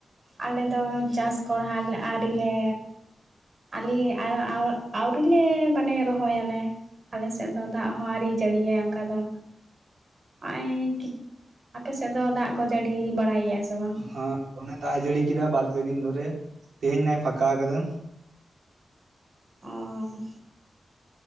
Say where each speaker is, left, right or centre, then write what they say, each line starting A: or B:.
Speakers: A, on the right (about 50°); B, on the right (about 85°).
A: ᱟᱞᱮᱫᱚ ᱪᱟᱥ ᱠᱚᱲᱦᱟ ᱟᱹᱣᱨᱤᱞᱮ ᱟᱞᱮ ᱟᱣ ᱟᱣ ᱟᱹᱣᱨᱤ ᱞᱮ ᱢᱟᱱᱮ ᱨᱚᱦᱚᱭᱟᱞᱮ ᱟᱞᱮ ᱥᱮᱫ ᱫᱚ ᱫᱟᱜ ᱦᱚᱸ ᱟᱨᱤ ᱡᱟᱹᱲᱤᱭᱟᱭ ᱚᱱᱠᱟ ᱫᱚ ᱱᱚᱜᱼᱚᱭ ᱠᱤ ᱟᱯᱮ ᱥᱮᱫ ᱫᱚ ᱫᱟᱜ ᱠᱚ ᱡᱟᱹᱲᱤ ᱵᱟᱲᱟᱭᱮ ᱥᱮ ᱵᱟᱝ
B: ᱦᱟᱸ ᱫᱚᱢᱮ ᱫᱟᱜ ᱮ ᱡᱟᱹᱲᱤ ᱠᱮᱫᱟ ᱵᱟᱨ ᱯᱮ ᱫᱤᱱ ᱫᱷᱚᱨᱮ ᱛᱮᱦᱮᱧ ᱱᱟᱭ ᱯᱷᱟᱠᱟ ᱟᱠᱟᱫᱟ
A: ᱚᱻ